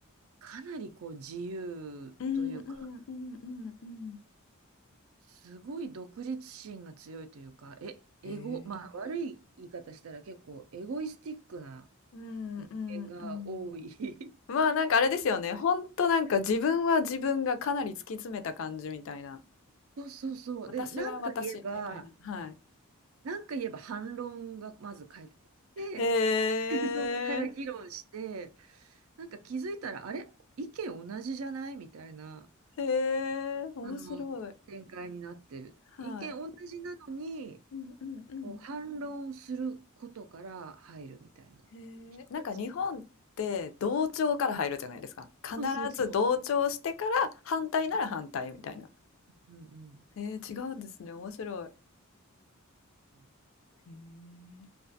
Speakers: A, on the right; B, on the left.
A: かなりこう自由というか、
B: うんうんうんうんうん。
A: すごい独立心が強いというか、え、エゴ、
B: へえ。
A: まあ悪い言い方したら結構エゴイスティックな
B: うんうんうん。
A: 点が多い。<laughs>
B: まあ、なんかあれですよね。ほんとなんか自分は自分がかなり突き詰めた感じみたいな。
A: そうそうそう。
B: 私は私みたいな。
A: で、なんか言えば、
B: はい。
A: なんか言えば反論がまず返ってきて、
B: へえ。
A: そっから議論して、なんか気づいたら、あれ意見同じじゃないみたいな
B: へえ、面白い。
A: あの、展開になってる。
B: はい。
A: 意見同じなのに、
B: うんうんうん。
A: こう反論することから入るみたいな人たち。
B: へえ、なんか日本って同調から入るじゃないですか。必ず同調してから反対なら反対みたいな。
A: そうそうそう。うんうん
B: えー、違うんですね。面白い。
A: うん。
B: へえ。